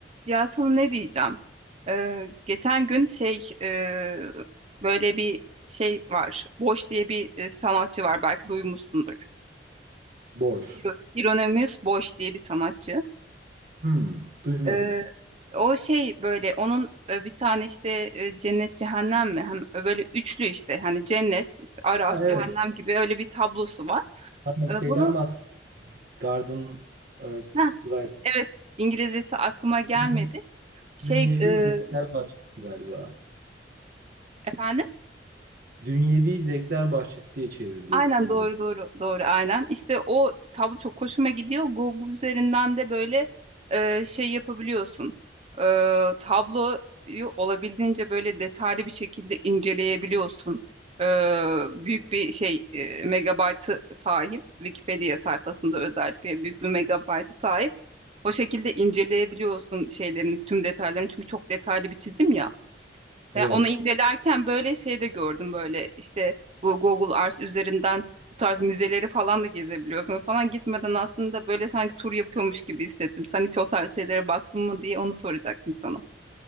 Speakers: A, on the right (about 35°); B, on the right (about 55°).
A: Ya sana ne diyeceğim? Ee, geçen gün şey e, böyle bir şey var. Boş diye bir e, sanatçı var. Belki duymuşsundur.
B: Boş.
A: Hiro- Hieronymus Boş diye bir sanatçı.
B: Hmm, duymadım.
A: Ee, o şey böyle onun e, bir tane işte e, cennet cehennem mi? Hem e, böyle üçlü işte hani cennet işte Araf
B: Ha,
A: cehennem
B: evet.
A: gibi öyle bir tablosu var.
B: Tamam,
A: Ee,
B: şeyden
A: bunu
B: bahsettik. Garden, Earth,
A: Heh,
B: Light.
A: evet İngilizcesi aklıma gelmedi.
B: Dün-
A: Şey
B: Dünyevi
A: e,
B: Zevkler Bahçesi galiba.
A: efendim
B: Dünyevi Zevkler Bahçesi diye çevriliyordu
A: Aynen
B: sanırım.
A: doğru doğru doğru aynen. İşte o tablo çok hoşuma gidiyor. Google üzerinden de böyle e, şey yapabiliyorsun. E, tabloyu olabildiğince böyle detaylı bir şekilde inceleyebiliyorsun. E, büyük bir şey e, megabaytı sahip. Wikipedia sayfasında özellikle büyük bir megabaytı sahip. O şekilde inceleyebiliyorsun şeylerin tüm detaylarını. Çünkü çok detaylı bir çizim ya.
B: Evet.
A: Ya onu incelerken böyle şey de gördüm böyle işte bu Google Earth üzerinden bu tarz müzeleri falan da gezebiliyorsunuz falan gitmeden aslında böyle sanki tur yapıyormuş gibi hissettim. Sen hiç o tarz şeylere baktın mı diye onu soracaktım sana.